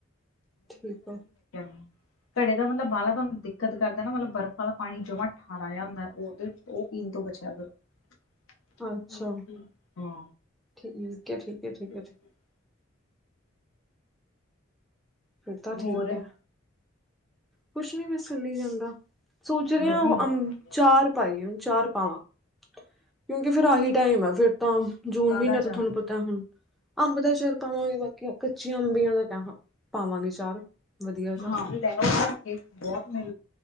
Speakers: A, in the centre; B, on the left.
A: ਠੀਕ ਆ
B: <unintelligible> <unintelligible> ਘੜੇ ਦਾ ਮਤਲਬ ਬਾਹਲਾ ਤੁਹਾਨੂੰ ਦਿੱਕਤ ਕਰਦਾ ਨਾ ਮਤਲਬ ਬਰਫ਼ ਵਾਲਾ ਪਾਣੀ ਜਮਾ ਠਾਰਾ ਆਇਆ ਹੁੰਦਾ। ਉਹਦੇ ਉਹ ਪੀਣ ਤੋਂ ਬਚਿਆ ਕਰੋ।
A: ਅੱਛਾ
B: ਹਾਂ
A: ਠੀਕ ਹੈ ਠੀਕ ਹੈ ਠੀਕ ਹੈ
B: <unintelligible>
A: ਠੀਕ ਫਿਰ ਤਾਂ ਠੀਕ
B: ਹੋਰ
A: ਹੈ। ਕੁਛ ਨੀ ਬੱਸ ਚਲੀ ਜਾਂਦਾ ਸੋਚ ਰਿਹਾ
B: ਗਰਮੀ
A: ਉਹ
B: ਬਹੁਤ
A: <inaudible>
B: ਪੈਂਦੀ ਹੈ
A: ਚਾਰ ਪਾਈਏ ਹੁਣ ਚਾਰ ਪਾਵਾਂ, ਕਿਉਂਕਿ ਫਿਰ ਆਹੀ ਟਾਈਮ ਆ ਫਿਰ ਤਾਂ ਜੂਨ
B: ਸਾਦਾ
A: ਮਹੀਨੇ
B: ਚਾਰ
A: ਤੋਂ ਤੁਹਾਨੂੰ ਪਤਾ ਹੁਣ। ਅੰਬ ਦਾ ਆਚਾਰ ਪਾਵਾਂਗੇ ਬਾਕੀ ਕੱਚੀਆਂ ਅੰਬੀਆਂ ਦਾ <inaudible> ਪਾਵਾਂਗੇ ਚਾਰ। ਵਧੀਆ ਜਾ
B: ਹਾਂ <unintelligible> ਬਹੁਤ ਮ